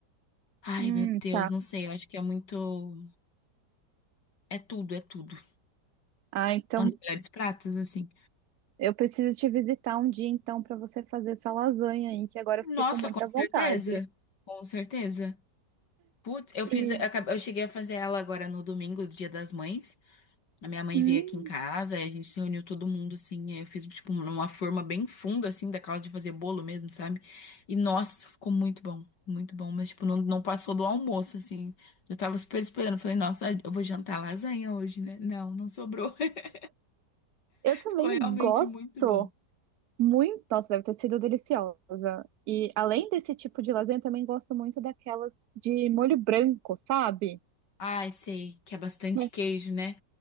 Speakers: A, on the left; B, on the right.
A: Ai,
B: Hum,
A: meu Deus,
B: tá.
A: não sei. Eu acho que é muito. É tudo, é tudo.
B: Ah, então
A: São os melhores pratos, assim.
B: eu preciso te visitar um dia então para você fazer essa lasanha aí, que agora
A: Nossa,
B: eu fico com muita
A: com certeza.
B: vontade.
A: Com certeza. Putz, eu
B: E,
A: fiz. Eu, acabei- eu cheguei a fazer ela agora no domingo, do Dia das Mães. A minha mãe
B: hum,
A: veio aqui em casa, aí a gente se reuniu todo mundo, assim, aí eu fiz, tipo, uma forma bem funda, assim, daquela de fazer bolo mesmo, sabe? E, nossa, ficou muito bom, muito bom, mas, tipo, não, não passou do almoço, assim. Eu tava super esperando, falei, nossa, eu vou jantar lasanha hoje, né? Não, não sobrou, <laughs>
B: Eu também
A: ficou realmente
B: gosto
A: muito bom.
B: muito. Nossa, deve ter sido deliciosa. E além desse tipo de lasanha, eu também gosto muito daquelas de molho branco, sabe?
A: Ai, sei, que é bastante
B: Mas,
A: queijo, né?